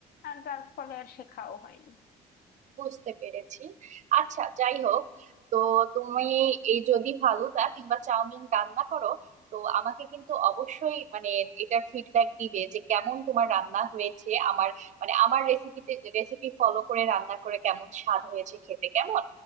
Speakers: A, on the left; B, on the right.
A: আর যার ফলে আর শেখাও হয়নি
B: বুঝতে পেরেছি আচ্ছা যাই হোক তো তুমি এই যদি ফালুদা কিংবা চাউমিন রান্না করো তো আমাকে কিন্তু অবশ্যই মানে এটার ফিডব্যাক দিবে যে কেমন তোমার রান্না হয়েছে আমার মানে আমার রেসিপিতে রেসিপি ফলো করে রান্না করে কেমন স্বাদ হয়েছে খেতে কেমন